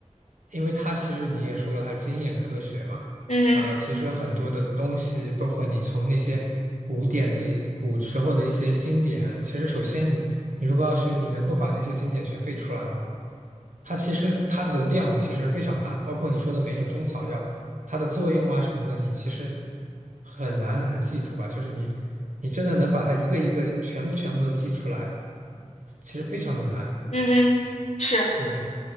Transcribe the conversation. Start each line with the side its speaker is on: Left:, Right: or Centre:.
Right: 因为它其实你也说了，它经验科学嘛，
Left: 嗯哼，
Right: 它其实很多的东西，包括你从那些古典的古时候的一些经典啊其实首先你你如果要学，你能够把那些经典全背出来吗？它其实它的量其实非常大，包括你说的每一种中草药，它的作用啊什么的，你其实很难很难记住吧？就是你，你真的能把它一个一个全部全部都记出来，其实非常的难。
Left: 嗯哼，是，
Right: 对，